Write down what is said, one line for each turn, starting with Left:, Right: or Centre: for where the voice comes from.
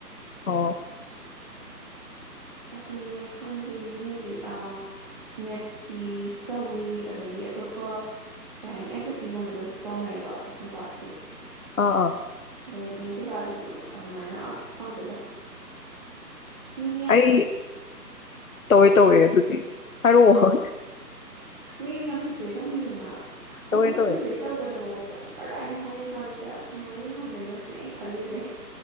Left: ꯑ
Right: ꯑꯗꯨꯅꯦ ꯈꯪꯗꯦ ꯃꯤꯒꯤꯗꯤ ꯑ ꯅꯦꯠꯀꯤꯁꯨ ꯇꯧꯏ ꯑꯗꯩꯗꯤ ꯑꯇꯣꯞꯄ ꯀꯩꯍꯥꯏꯅꯤ ꯑꯦꯁꯑꯦꯁꯁꯤ ꯒꯨꯝꯕꯗꯁꯨ ꯇꯧꯅꯩꯌꯦꯕ ꯑꯧꯈꯣꯏ ꯀꯂ꯭ꯥꯁꯀꯤ
Left: ꯑ ꯑ
Right: ꯕꯦꯡꯀꯤꯡ ꯀꯩꯀꯥꯗꯁꯨ ꯑꯗꯨꯃꯥꯏꯅ ꯑꯁ ꯈꯪꯗꯦꯗꯥ ꯃꯤ
Left: ꯑꯩ ꯇꯧꯋꯦ ꯇꯧꯋꯦ ꯑꯗꯨꯗꯤ ꯍꯥꯏꯔꯛꯑꯣ
Right: ꯃꯤꯅ ꯌꯥꯝ ꯄ꯭ꯔꯤꯄꯦꯔ ꯇꯧꯅꯩꯗꯅ
Left: ꯇꯧꯋꯦ
Right: ꯑꯃ
Left: ꯇꯧꯋꯦ
Right: ꯄ꯭ꯔꯤꯄꯦꯔ ꯇꯧꯕꯗꯕꯧ ꯀ ꯀꯔꯥꯏꯅꯣ ꯍꯥꯏꯔꯤ ꯀꯥꯟꯁꯤꯗ ꯀꯃꯥꯏꯅ ꯈꯝꯗꯣꯏꯅꯣ ꯁꯤꯅꯦ ꯈꯜꯂꯤꯁꯦ